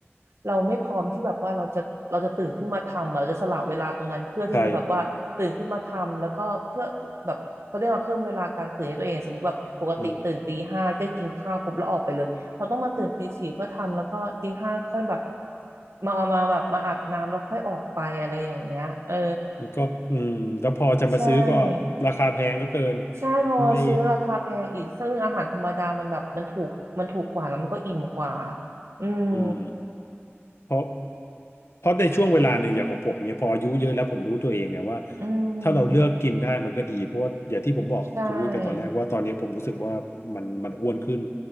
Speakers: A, on the right; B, on the left.
A: เราไม่พร้อมที่แบบว่าเราจะเราจะตื่นขึ้นมาทำอะเราจะสละเวลาตรงนั้นเพื่อที่จะแบบว่าตื่นขึ้นมาทำแล้วก็เพื่อแบบเขาเรียกว่าเพิ่มเวลาการตื่นให้ตัวเองสมมติแบบปกติตื่นตีห้าได้กินข้าวปุ๊บแล้วออกไปเลยเราต้องมาตื่นตีสี่เพื่อทำแล้วก็ตีห้าค่อยแบบ
B: ใช่อืม
A: มามาแบบมาอาบน้ำแล้วค่อยออกไปอะไรอย่างเงี้ยเออ
B: ก็อืมแล้วพอจะมาซื้อก็
A: ใช่
B: ราคาแพงเหลือเกิน
A: ใช่พอซื้อราคาแพงอีกซึ่งอาหารธรรมดามันแบบมันถูกมันถูกกว่าแล้วมันก็อิ่มกว่า
B: ไม่
A: อืม
B: อืม เพราะเพราะในช่วงเวลาหนึ่งอย่างของผมเนี่ยพออายุเยอะแล้วผมรู้ตัวเองไงว่า
A: อืม
B: ถ้าเราเลือกกินได้มันก็ดีเพราะว่าอย่างที่ผมบอกคุณวุ้ยไปตอนแรกว่าตอนนี้ผมรู้สึกว่ามันมันอ้วนขึ้น
A: ใช่